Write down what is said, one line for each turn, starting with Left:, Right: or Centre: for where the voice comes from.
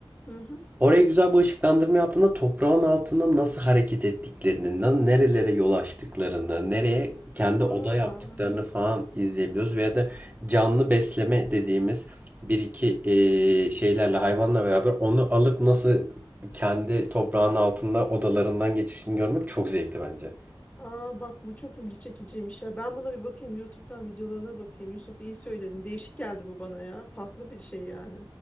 Left: Hı hı.
Right: Oraya güzel bir ışıklandırma yaptığında toprağın altında nasıl hareket ettiklerini, na- nerelere yol açtıklarını, nereye kendi oda
Left: Aa.
Right: yaptıklarını falan izleyebiliyoruz. Veya da canlı besleme dediğimiz bir iki eee, şeylerle hayvanla beraber onu alıp nasıl kendi toprağın altında odalarından geçişini görmek çok zevkli bence.
Left: Aa bak bu çok ilgi çekiciymiş ya. Ben buna bir bakayım. YouTube'dan videolarına bakayım. Yusuf iyi söyledin. Değişik geldi bu bana ya. Farklı bir şey yani.